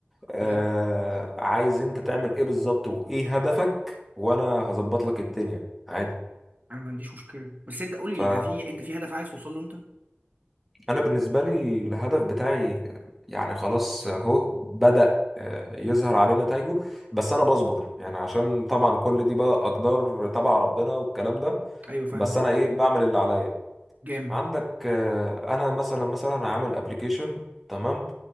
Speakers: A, in the centre; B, on the right.
A: آه
B: تمام
A: عايز أنت تعمل إيه بالظبط وإيه هدفك وأنا هظبط لك الدنيا عادي
B: انا ما عنديش مشكله بس انت قول
A: ف
B: لي انت في انت في هدف عايز توصل له انت
A: انا بالنسبه لي الهدف بتاعي يعني خلاص اهو بدأ آه، يظهر عليه نتائجه بس انا بصبر يعني عشان طبعا كل دي بقى اقدار تبع ربنا والكلام ده
B: ايوه فاهمك
A: بس انا ايه بعمل اللي عليا
B: جامد
A: عندك آه، انا مثلا مثلا عامل ابلكيشن تمام